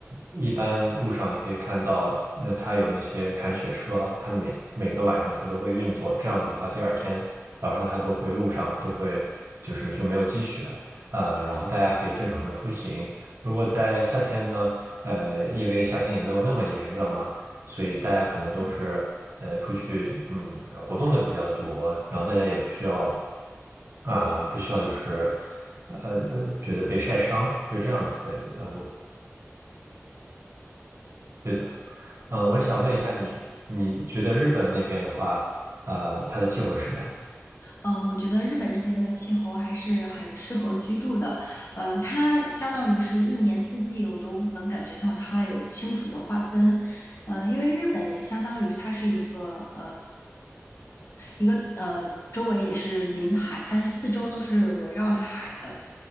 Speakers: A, on the right; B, on the left.
A: 一般路上你可以看到，那它有那些铲雪车，它每每个晚上它都会运作。这样子的话，第二天早上它都会路上都会就是就没有积雪，呃，然后大家可以正常的出行。如果在夏天呢？呃，因为夏天也没有那么炎热嘛，所以大家可能都是呃出去嗯活动的比较多，然后大家也不需要啊、不需要就是呃呃觉得被晒伤，就这样子的。呃对的，啊、我想问一下你，你觉得日本那边的话，呃，它的气候是什么样子的？
B: 嗯，呃我觉得日本这边的气候还是很适合居住的。嗯，它相当于是一年四季，我都能感觉到它有清楚的划分。嗯，因为日本也相当于它是一个呃一个呃，周围也是临海，它是四周都是围绕着海的，